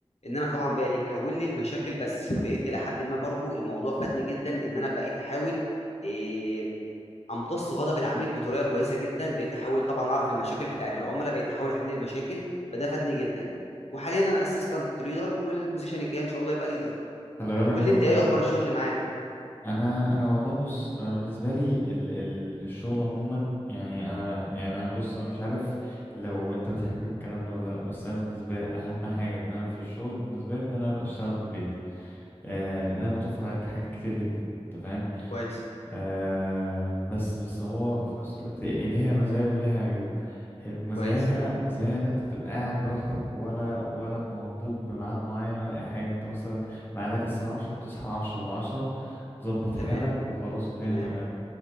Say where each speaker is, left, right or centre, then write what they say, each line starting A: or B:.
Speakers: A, on the left; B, on the left.
A: ان انا طبعا
B: مم.
A: بقى يتحول لي المشاكل بس فبقيت الى حد ما برضو الموضوع فادني جدا ان انا بقيت احاول إيه امتص غضب العميل بطريقه كويسه جدا بقيت احاول طبعا اعرف المشاكل بتاعه العملاء بقيت احاول احل المشاكل فده فادني جدا وحاليا انا اسيستنت ليدر والبوزيشن الجاي ان شاء الله يبقى ليدر
B: خلي بالك
A: قول
B: برضو
A: لي انت ايه اخبار الشغل معاك
B: انا انا والله بص انا بالنسبه لي ال ال الشغل عموما يعني انا يعني انا بص انا مش عارف لو انت بتحب الكلام ده ولا لا بس انا بالنسبه لي اهم حاجه ان انا في الشغل بالنسبه لي ان انا ابقى اشتغل من البيت آه لانها بتوفر عليك حاجات كتير جدا انت فاهم
A: كويس
B: آه بس بس هو في نفس الوقت ليها مزايا وليها عيوب حلو مزاياها
A: كويس
B: مزايا ان انت تبقى قاعد براحتك ولا ولا مربوط بميعاد معين ولا اي حاجه انت مثلا ميعادك الساعه 10 بتصحى 10 ل 10 تظبط حالك
A: تمام
B: وخلاص الدنيا
A: تمام
B: تمام